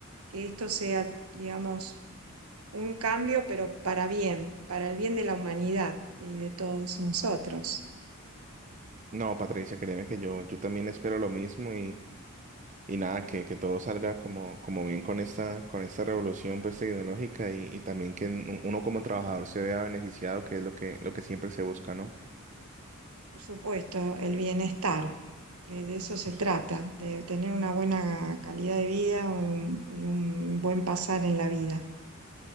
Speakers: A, on the right; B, on the right.
A: que esto sea, digamos, un cambio, pero para bien, para el bien de la humanidad y de todos nosotros.
B: No, Patricia, créeme que yo, yo también espero lo mismo Y nada, que, que todo salga como, como bien con esta, con esta revolución pues, tecnológica y, y también que n- uno como trabajador se vea beneficiado, que es lo que, lo que siempre se busca, ¿no?
A: Por supuesto, el bienestar, que de eso se
B: Por
A: trata,
B: supuesto.
A: de tener una buena calidad de vida y un, y un buen pasar en la vida.